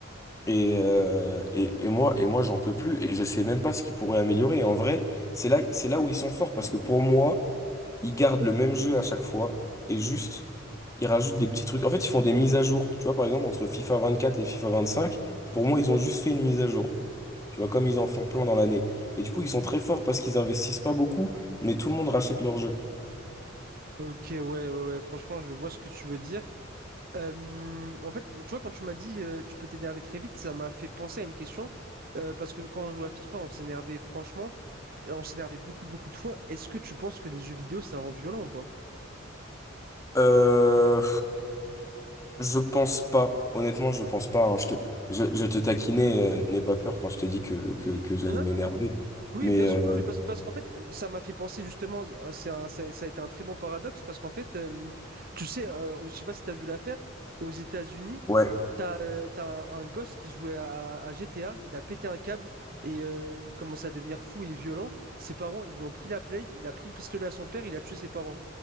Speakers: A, on the left (about 15°); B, on the right (about 50°).
A: Et, euh, et, et moi, et moi j'en peux plus et je sais même pas ce qu'ils pourraient améliorer. Et en vrai, c'est là, c'est là où ils sont forts parce que pour moi, ils gardent le même jeu à chaque fois et juste. Ils rajoutent des petits trucs. En fait, ils font des mises à jour. Tu vois, par exemple, entre FIFA 24 et FIFA 25, pour moi, ils ont juste fait une mise à jour. Tu vois, comme ils en font plein dans l'année. Et du coup, ils sont très forts parce qu'ils investissent pas beaucoup, mais tout le monde rachète leur jeu.
B: Ok, ouais, ouais, ouais. Franchement, je vois ce que tu veux dire. Euh, en fait, tu vois, quand tu m'as dit euh, tu peux t'énerver très vite, ça m'a fait penser à une question. euh, parce que quand on jouait à FIFA, on s'énervait franchement, et on s'énervait beaucoup, beaucoup de fois. Est-ce que tu penses que les jeux vidéo, ça rend violent ou pas?
A: Euh, je pense pas. Honnêtement, je pense pas. hein. Je te, je, je te taquinais, euh, n'aie pas peur quand je te dis que, que,
B: Non,
A: que j'allais
B: non,
A: m'énerver.
B: non. Oui,
A: Mais
B: bien sûr,
A: euh,
B: non, mais parce, parce qu'en fait, euh, ça m'a fait penser justement, euh, c'est un- ça, ça a été un très bon paradoxe, parce qu'en fait, euh, tu sais, euh, je sais pas si tu as vu l'affaire, aux États-Unis,
A: ouais.
B: T'as euh, t'as un, un gosse qui jouait à, à GTA, il a pété un câble et euh, il commence à devenir fou et violent. Ses parents, ils lui ont pris la play, il a pris le pistolet à son père, il a tué ses parents.